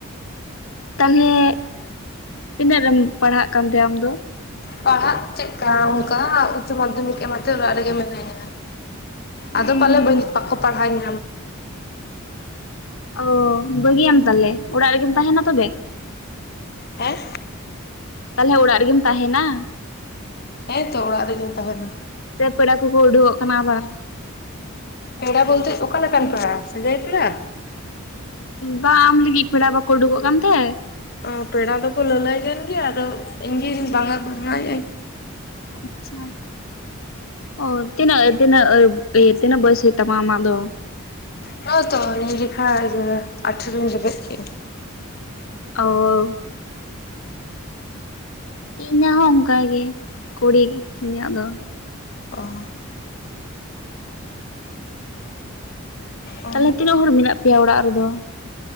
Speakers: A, on the left (about 70°); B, on the left (about 45°).
A: ᱛᱟᱞᱦᱮ ᱛᱤᱱᱟᱹᱜ ᱨᱮᱢ ᱯᱟᱲᱦᱟᱜ ᱠᱟᱱᱛᱮ ᱟᱢ ᱫᱚ?
B: ᱯᱟᱲᱦᱟᱜ ᱪᱮᱫ ᱠᱟ ᱚᱱᱠᱟ ᱩᱪᱪ ᱢᱟᱫᱽᱫᱷᱚᱢᱤᱠ ᱮᱢᱟᱛᱮ ᱚᱲᱟᱜ ᱨᱮᱜᱮ ᱢᱮᱱᱟᱭᱟ ᱟᱫᱚ
A: ᱩᱸ
B: ᱯᱟᱞᱮ ᱵᱟᱹᱧ ᱯᱟ ᱯᱟᱲᱦᱟᱣ <inaudible>
A: ᱚ ᱵᱟᱹᱜᱤᱭᱟᱢ ᱛᱟᱞᱦᱮ ᱚᱲᱟᱜ ᱨᱮᱜᱮᱢ ᱛᱟᱦᱮᱱᱟ ᱛᱚᱵᱮ
B: ᱦᱮᱸ
A: ᱛᱟᱞᱦᱮ ᱚᱲᱟᱜ ᱨᱮᱜᱮᱢ ᱛᱟᱦᱮᱱᱟ?
B: ᱦᱮᱸ ᱛᱚ ᱚᱲᱟᱜ ᱨᱮᱜᱤᱱ ᱛᱟᱦᱮᱱᱟ᱾
A: ᱥᱮ ᱯᱮᱲᱟ ᱠᱚᱠᱚ ᱩᱰᱩᱠᱚᱜ ᱠᱟᱱᱟ ᱟᱵᱟᱨ
B: ᱯᱮᱲᱟ ᱵᱚᱞᱛᱮ ᱚᱠᱟ ᱞᱮᱠᱟᱱ ᱯᱮᱲᱟ ᱥᱟᱹᱜᱟᱹᱭ ᱯᱮᱲᱟ
A: ᱵᱟ ᱟᱢ ᱞᱟᱹᱜᱤᱫ ᱯᱮᱲᱟ ᱵᱟᱠᱚ ᱩᱰᱩᱠᱚᱜ ᱠᱟᱱᱛᱮ?
B: ᱚ ᱯᱮᱲᱟ ᱫᱚᱠᱚ ᱞᱟᱹᱞᱟᱹᱭ ᱠᱟᱱ ᱜᱮᱭᱟ ᱟᱫᱚ ᱤᱧᱜᱤᱧ ᱵᱟᱝ ᱟ ᱮᱭᱟᱭ᱾
A: ᱟᱪᱪᱷᱟ ᱚ ᱛᱤᱱᱟᱹᱜ ᱛᱤᱱᱟᱹᱜ ᱛᱤᱱᱟᱹᱜ ᱵᱚᱭᱚᱥ ᱦᱩᱭᱩᱜ ᱛᱟᱢᱟ ᱟᱢᱟᱜ ᱫᱚ?
B: ᱱᱚᱜ-ᱚ ᱛᱚ ᱱᱤᱭᱟ. ᱡᱚᱠᱷᱟ <inaudible> ᱟᱴᱷᱨᱚᱧ ᱨᱮᱵᱮᱫ ᱠᱮᱫ
A: ᱚ ᱤᱭᱟᱜ ᱦᱚᱸ ᱚᱱᱠᱟᱜᱮ ᱠᱩᱲᱤ ᱤᱧᱟᱹᱜ ᱫᱚ᱾
B: ᱚ ᱚ
A: ᱛᱟᱞᱦᱮ ᱛᱤᱱᱟᱹᱜ ᱦᱚᱲ ᱢᱮᱱᱟᱜ ᱯᱮᱭᱟ ᱚᱲᱟᱜ ᱨᱮᱫᱚ